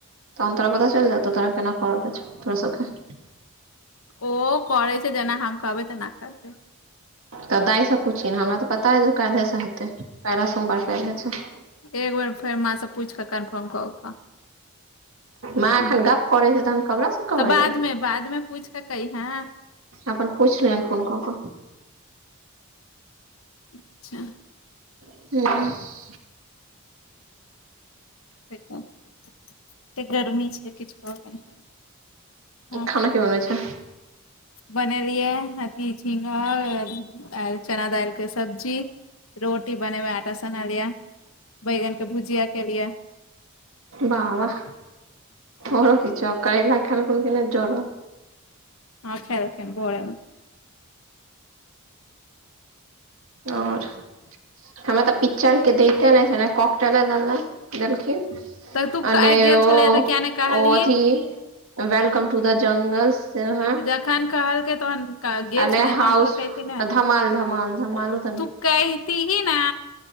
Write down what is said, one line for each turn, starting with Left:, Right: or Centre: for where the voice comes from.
Right: तहन तोरा पता चैल जेतौ, तोरा केना करै के छौ तोरा सब के।
Left: ओ करै छैय, जेना हम कहबै तेना करतै।
Right: तऽ दाय सँ पूछिन, हमरा त पता अय जे काल्हे सँ हेतै, पहिला सोमवारी कैल्हे छैय।
Left: एक बेर फेर माँ स पूइछ के कन्फर्म क क कह,
Right: माँ
Left: हूँ
Right: एखन गप करै छै तहन ककरा से कहबै
Left: त बाद
Right: यौ
Left: म बाद में पूइछ कऽ कैहें।
Right: अपन पूइछ लहिन फोन क क
Left: अच्छा
Right: <unintelligible>
Left: <unintelligible> ते गर्मी छै किछ कहऽ के नहि हँ
Right: खाना की बनबै छैए।
Left: बनेलियै अथी झिंगा आ चना दालिक सब्जी। रोटी बने बए आटा सनालिया, बैगन के भुजिया केेलियैं।
Right: वाह-वाह ओरो किछो, करेला खेलखून कि‌ नै जरल
Left: हँ खेलखिन भोरे में
Right: और हमरा तऽ पिक्चर के दैते नहि छै ने कॉक टेले देला देलखिन
Left: तऽ तू आइ
Right: नै
Left: गेल
Right: ओ
Left: छलैया तऽ किया नहि कहलही
Right: ओ अथि वेलकम टू द जंगलस से ह
Left: तऽ जखन कहलकै तहन गेल
Right: अआ
Left: छलै
Right: हाउस
Left: तहन तोरा कहिती
Right: धमाल-धमाल-धमालो त नहि
Left: कहितीही न